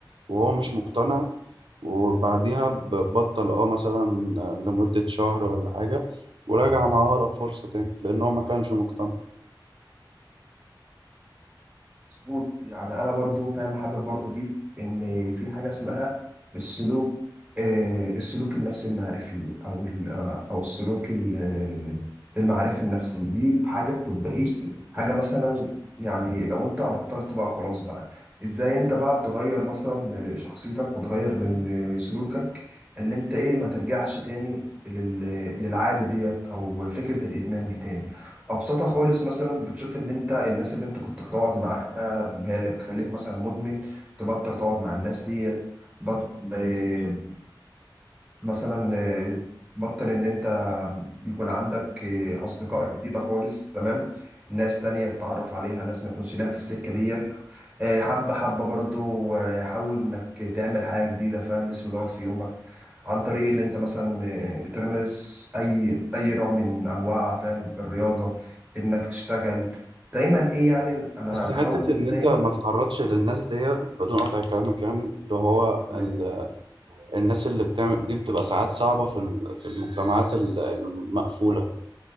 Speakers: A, on the right; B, on the right.
A: وهو مش مقتنع وبعديها ب- بطل اه مثلا لمدة شهر ولا حاجة وراجع مع أقرب فرصة تاني لأن هو ما كانش مقتنع
B: مظبوط يعني انا برضو فاهم حابب برضو اضيف ان في حاجه اسمها السلوك آه، السلوك النفسي المعرفي او ال- آه، او السلوك ال- آه، المعرفي النفسي دي حاجه تطبيقيه حاجه مثلا يعني لو انت بطلت بقى خلاص بقى ازاي انت بقى تغير مثلا شخصيتك وتغير من آه، سلوكك اللي انت ايه ما ترجعش تاني لل- للعاده ديت او فكره الادمان دي تاني ابسطها خالص مثلا بتشوف ان انت الناس اللي انت كنت بتقعد معاها هي اللي بتخليك مثلا مدمن تبطل تقعد مع الناس دي بطل مثلا آه، بطل ان انت يكون عندك آه، اصدقاء جديده خالص تمام ناس تانية تتعرف عليها ناس ما يكونش لها في السكه ديت آه، حبه حبه برضو آه، حاول انك تعمل حاجه جديده فاهم اسم دوت في يومك عن طريق اللي انت مثلا آه، ترمز اي اي نوع من انواع فاهم الرياضه انك تشتغل دايما ايه يعني انا
A: بس
B: بحاول
A: حتة
B: ان انت
A: إن
B: دايما
A: أنت ما تتعرضش للناس ديت بدون قطع كلامك يعني اللي هو
B: تمام
A: ال... الناس اللي بتعمل دي بتبقى ساعات صعبة في ال... في المجتمعات ال- المقفولة